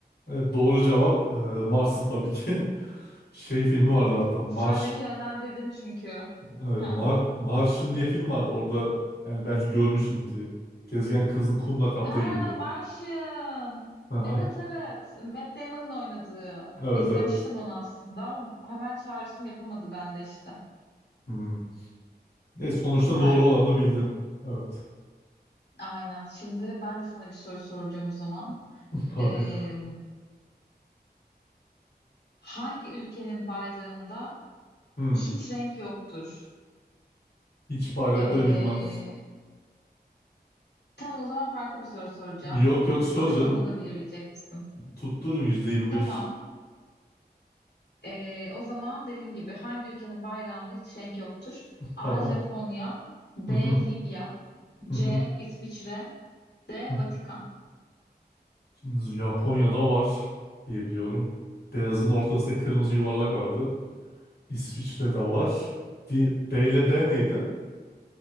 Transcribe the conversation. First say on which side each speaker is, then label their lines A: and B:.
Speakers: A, on the left; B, on the left.
A: Evet, doğru cevap e, Mars'ı tabii ki. <laughs> Şey filmi vardı hatta Mars,
B: Sen beni yönlendirdin çünkü.
A: e,
B: Ha.
A: Mar, Martian diye film vardı. Orada yani belki görmüşsün diye. Gezegen kızıl kumla kaplı
B: Ha,
A: gibiydi.
B: Martian.
A: Hı hı.
B: Evet evet. Matt Damon'ın oynadığı.
A: Evet
B: İzlemiştim
A: evet.
B: onu aslında ama hemen çağrışım yapamadı bende işte.
A: Hmm. E, sonuçta
B: Maalesef.
A: doğru olanı bildin. Evet.
B: Aynen. Şimdi ben de sana bir soru soracağım o zaman.
A: Tabii.
B: Ee, hangi ülkenin bayrağında
A: Hmm.
B: hiç renk yoktur?
A: Hiç bayrakları
B: Ee,
A: bilmem.
B: tamam o zaman farklı bir soru soracağım.
A: Yok yok sor
B: Bakalım
A: canım.
B: bunu bilebilecek misin?
A: Tuttururum %25.
B: Tamam. Ee, o zaman dediğim gibi hangi ülkenin bayrağında hiç renk yoktur? A.
A: Tamam.
B: Japonya B.
A: Hı hı.
B: Libya
A: Hı
B: C.
A: hı.
B: İsviçre D.
A: Hı.
B: Vatikan
A: Şimdi Japonya'da var diye biliyorum. Beyazın ortasında kırmızı yuvarlak vardı. İsviçre'de var. Di- B ile D neydi?